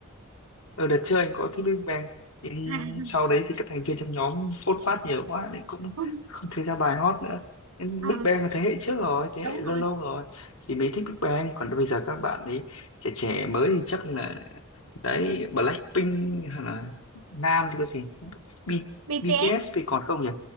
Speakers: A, on the left; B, on the right.
A: ở đợt trước anh có thích Big Bang nhưng
B: à,
A: sau đấy thì các thành viên trong nhóm phốt phát nhiều quá nên cũng
B: <laughs> không
A: không thấy ra bài hot nữa nên
B: Ờ,
A: Big Bang là thế hệ trước rồi thế
B: đúng
A: hệ lâu
B: rồi
A: lâu rồi thì mới thích Big Bang còn bây giờ các bạn ấy trẻ trẻ mới thì chắc là đấy Blackpink hay là Nam thì có gì B
B: BTS
A: BTS thì còn không nhỉ